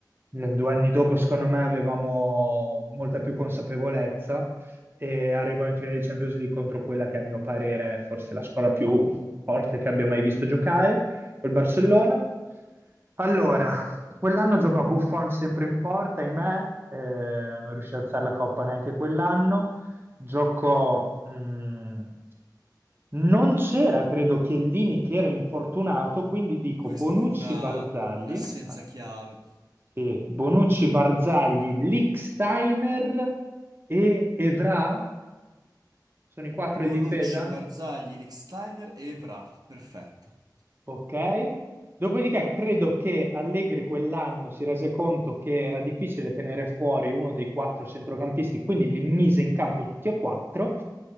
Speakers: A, on the right (about 30°); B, on the right (about 60°).
A: eh, due anni dopo, secondo me, avevamo molta più consapevolezza e arrivò in finale di Champions League contro quella che a mio parere è forse la squadra più forte che abbia mai visto giocare, col Barcellona. Allora, quell'anno giocò Buffon sempre in porta, ahimè, eh, non riuscì ad alzare la coppa neanche quell'anno. Giocò mh, non c'era, credo, Chiellini che era infortunato, quindi dico
B: Questo
A: Bonucci
B: fu una,
A: Barzagli,
B: un'assenza
A: ah,
B: chiave.
A: sì, Bonucci Barzagli, Lichtsteiner e Evra, sono i quattro
B: Bonucci,
A: di difesa?
B: Barzagli, Lichtsteiner e Evra. Perfetto.
A: Ok. Dopodiché credo che Allegri quell'anno si rese conto che era difficile tenere fuori uno dei quattro centrocampisti, quindi li mise in campo tutti e quattro,